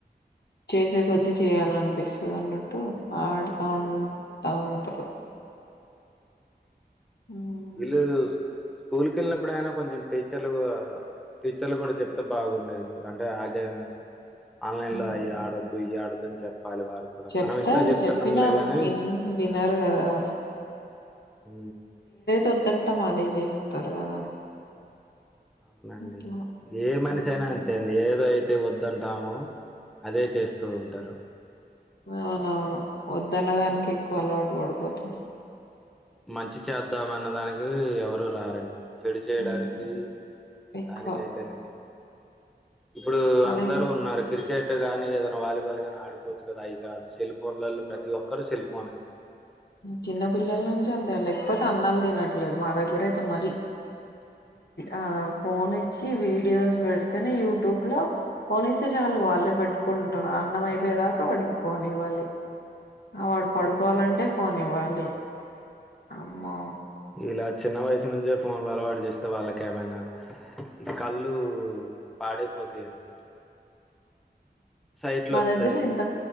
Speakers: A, on the left; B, in the centre.
A: చేసే కొద్దీ చేయాలనిపిస్తది అన్నట్టు ఆడుతా ఉం టా ఉంటారు ఉమ్,
B: విల్లూస్ స్కూల్ కెళ్ళినప్పుడు అయినా కొంచెం టీచర్లు గా టీచర్లు కూడా చెప్తే బాగుండేది అంటే ఆగే ఆన్లైన్
A: ఉమ్.
B: లో అయి ఆడద్దు ఇయి ఆడద్దు అని చ ప్పాలి వారు కూడా
A: చెప్తారు
B: మనం ఇంట్లో చెప్తున్నం
A: చెప్పినా
B: లే గానే
A: విన్ వినరు కదా
B: ఊ
A: వొద్దంటాం అదే చేస్తారు కదా
B: అవునండి
A: అట్లా
B: ఏ మనిషి
A: ఉమ్,
B: అయినా అంతే అండి ఏదో ఐ తే వద్దంటామో అదే చేస్తూ ఉంటారు
A: అవునవును వద్దన్న దానికే ఎక్కువ అలవాటు పడిపోతాం
B: మంచి చేద్దాం అన్న దానికి ఎవరూ రారండి చెడు చేయడానికి
A: ఉమ్, ఎక్కువ
B: దానికైతేనే ఇప్పుడు
A: అదే
B: అందరూ ఉన్నారు క్రికె అట్ కాగానీ ఏదైనా వాలీబాల్ గానీ ఆడుకోవచ్చు కదా అవి కాదు సెల్ ఫోన్లలో ప్రతి ఒక్కరు సెల్ ఫోనే
A: చిన్న పిల్లల నుంచి అంతే లేకపోతే అన్నాలు తినట్లేదు మా దగ్గర అయితే మరీ ఆ ఫోన్ ఇచ్చి వీడియోస్ పెడితేనే యూట్యూబ్ లో ఫోన్ ఇస్తే చాలు వాళ్ళు వాళ్ళే పెట్టుకుంటారు అన్నం అయిపోయేదాకా వాడికి ఫోన్ ఇవ్వాలి ఆ వాడు పడుకోవాలంటే ఫోన్ ఇవ్వాలి అమ్మో
B: ఇలా చిన్న వయసు నుంచే ఫోన్లు అలవాటు చేస్తే వాళ్ళకేమైనా కళ్ళు పాడైపోతాయండి సైట్లు
A: మా
B: వస్తాయి
A: దగ్గర ఇంత